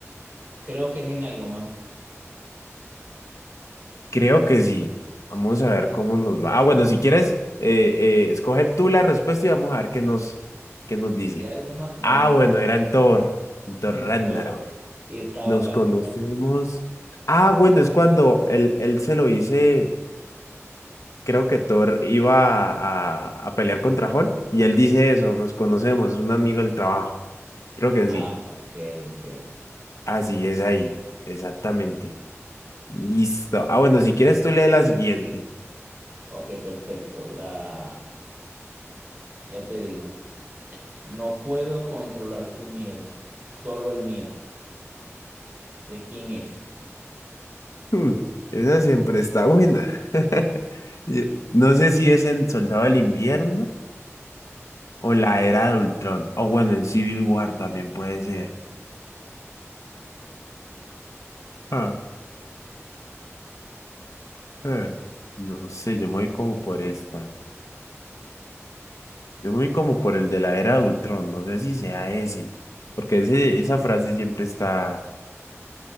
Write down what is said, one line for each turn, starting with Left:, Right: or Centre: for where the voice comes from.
Right: Creo que es en Iron Man.
Left: Creo que sí. Vamos a ver cómo nos va. Ah, bueno, si quieres, eh, eh, escoge tú la respuesta y vamos a ver qué nos, qué nos
Right: Ok,
Left: dice.
Right: Iron Man, no,
Left: Ah,
Right: incorrecto.
Left: bueno, era en Thor,
Right: <laughs>
Left: en Thor
Right: En
Left: Ragnarok.
Right: Thor. Y estaba
Left: Nos
Right: casi,
Left: conocimos.
Right: casi.
Left: Ah, bueno, es cuando él, él se lo dice, creo que Thor iba a, a pelear contra Hulk y él dice eso, nos conocemos, es un amigo del trabajo. Creo que
Right: Ah,
Left: sí.
Right: ok, ok.
Left: Así es ahí, exactamente. Listo. Ah, bueno, si quieres tú lee la siguiente.
Right: Ok, perfecto. La... Ya te digo. No puedo controlar su miedo, solo el mío. ¿De quién es?
Left: Hmm, esa siempre está buena. <laughs> Y- No sé si es en Soldado del Invierno o la Era de Ultrón. O bueno, en Civil War también puede ser. Ah, eh, No sé, yo me voy como por esta. Yo me voy como por el de la Era de Ultrón. No sé si sea ese. Porque ese, esa frase siempre está,